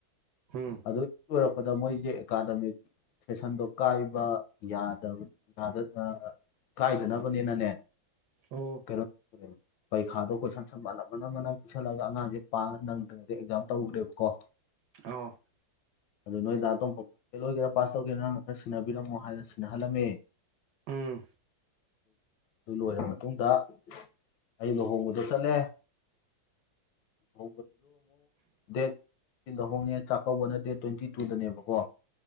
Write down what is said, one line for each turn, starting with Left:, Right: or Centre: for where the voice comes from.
Right: ꯎꯝ
Left: ꯑꯗꯨ ꯑꯣꯏꯔꯛꯄꯗ ꯃꯣꯏꯁꯦ ꯑꯦꯀꯥꯗꯃꯤꯛ ꯐꯦꯁꯟꯗꯣ ꯀꯥꯏꯕ ꯌꯥꯗꯕ ꯌꯥ ꯀꯥꯏꯗꯅꯕꯅꯦꯅꯅꯦ
Right: ꯑꯣ
Left: ꯀꯩꯅꯣ ꯄꯩꯈꯥꯗꯣ ꯀꯣꯏꯁꯟ ꯁꯟꯕꯥ ꯑꯃꯅ ꯑꯃꯅ ꯄꯤꯁꯜꯂꯒ ꯑꯉꯥꯡꯁꯦ ꯄꯥ ꯅꯪꯗ꯭ꯔꯤꯩꯗꯒꯤꯩ ꯑꯦꯛꯖꯥꯝ ꯇꯧ ꯎꯔꯦꯕꯀꯣ
Right: ꯑ
Left: ꯑꯗꯨ ꯅꯣꯏꯗ ꯑꯇꯣꯝꯄꯥꯎ ꯐꯦꯜ ꯑꯣꯏꯒꯦꯔꯥ ꯄꯥꯁ ꯇꯧꯒꯦꯔꯥ ꯅꯪꯅ ꯈꯔ ꯁꯤꯟꯅꯕꯤꯔꯝꯃꯣ ꯍꯥꯏꯅ ꯁꯤꯟꯅꯍꯜꯂꯝꯃꯦ
Right: ꯎꯝ
Left: ꯑꯗꯨ ꯂꯣꯏꯔꯕ ꯃꯇꯨꯡꯗ ꯑꯩ ꯂꯨꯍꯣꯡꯕꯗ ꯆꯠꯂꯦ ꯍ ꯗꯦ ꯇꯤꯟꯗ ꯍꯣꯡꯉꯦ ꯆꯥꯛꯀꯧꯕꯅꯠꯇꯦ ꯇ꯭ꯋꯦꯟꯇꯤ ꯇꯨꯗꯅꯦꯕꯀꯣ